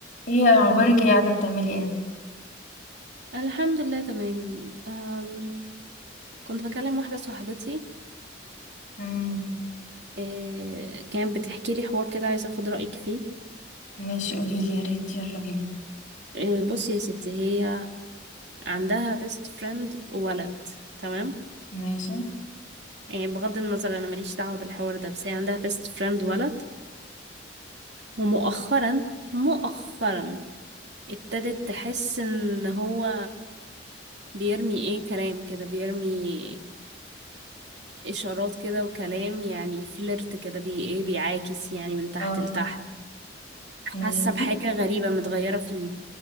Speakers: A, on the left (about 40°); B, on the right (about 60°).
A: ايه اخبارك ايه قاعده بتعملي ايه
B: الحمد لله تمام أم كنت بكلم واحدة صاحبتي
A: امم
B: إيه كانت بتحكي لي حوار كده عايزة أخد رأيك فيه
A: ماشي قولي لي يا ريت يلا بينا
B: إيه بصي يا ستي هي عندها بيست فريند ولد تمام
A: ماشي
B: يعني بغض النظر أنا ماليش دعوة بالحوار ده بس هي عندها بيست فريند ولد ومؤخرا مؤخرا ابتدت تحس إن هو بيرمي إيه كلام كده بيرمي إشارات كده وكلام يعني فليرت كده بي إيه بيعاكس يعني من تحت
A: اه
B: لتحت حاسة
A: ماشي
B: بحاجة غريبة متغيرة فيه